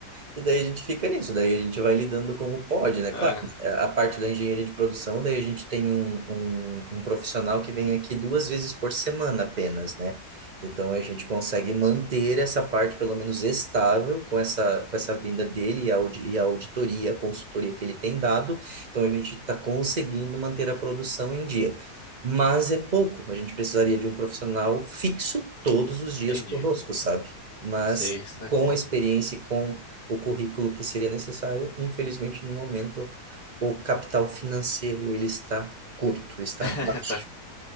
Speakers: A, on the right (about 35°); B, on the left (about 25°).
A: E daí a gente fica nisso, daí a gente vai lidando como pode, né? Claro,
B: Ah,
A: é, a parte da engenharia de produção, daí a gente tem um, um, um profissional que vem aqui duas vezes por semana apenas, né? Então a gente consegue manter essa parte pelo menos estável com essa, com essa vinda dele e a, audi- e a auditoria, a consultoria que ele tem dado. Então a gente está conseguindo manter a produção em dia. Mas é pouco, a gente precisaria de um profissional fixo todos os dias
B: entendi.
A: conosco, sabe? Mas
B: Sei, isso
A: com
B: aqui.
A: a experiência e com o currículo que seria necessário. Infelizmente, no momento, o capital financeiro ele está curto, está
B: <laughs>
A: baixo.
B: Tá.